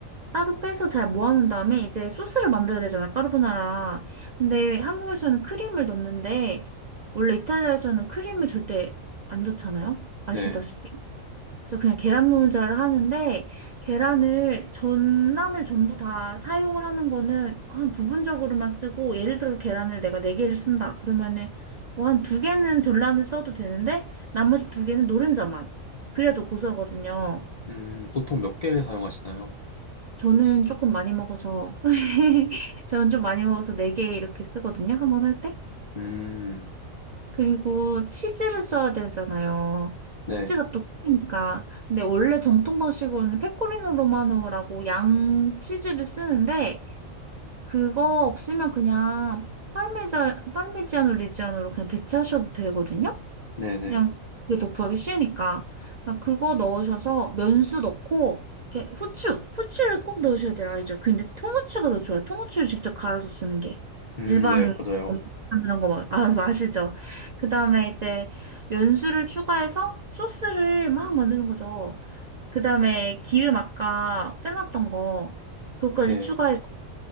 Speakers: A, on the right; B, on the left.
A: 따로 빼서 잘 모아놓은 다음에 이제 소스를 만들어야 되잖아, 까르보나라. 근데 한국에서는 크림을 넣는데 원래 이탈리아에서는 크림을 절대 안 넣잖아요? 아시다시피.
B: 네.
A: 그래서 그냥 계란 노른자를 하는데 계란을 전란을 전부 다 사용을 하는 거는 한 부분적으로만 쓰고 예를 들어서 계란을 내가 네 개를 쓴다. 그러면은 뭐 한 두 개는 전란을 써도 되는데 나머지 두 개는 노른자만. 그래도 고소하거든요.
B: 음, 보통 몇 개 사용하시나요?
A: 저는 조금 많이 먹어서, <laughs> 저는 좀 많이 먹어서 4개 이렇게 쓰거든요. 한 번 할 때.
B: 음,
A: 그리고 치즈를 써야 되잖아요.
B: 네,
A: 치즈가 또 크니까. 근데 원래 정통 방식으로는 페코리노 로마노라고 양 치즈를 쓰는데, 그거 없으면 그냥 파르메자, 파르미지아노 레지아노로 그냥 대체하셔도 되거든요.
B: 네네.
A: 그냥 그게 더 구하기 쉬우니까. 그냥 그거 넣으셔서 면수 넣고, 이렇게 후추, 후추를 꼭 넣으셔야 돼요. 알죠? 그 근데 통후추가 더 좋아요. 통후추를 직접 갈아서 쓰는 게.
B: 음,
A: 일반
B: 네, 맞아요.
A: 이런 거 막, 아, 아시죠? 그 다음에 이제 면수를 추가해서 소스를 막 만드는 거죠. 그 다음에 기름 아까 빼놨던 거, 그것까지
B: 예.
A: 추가해서.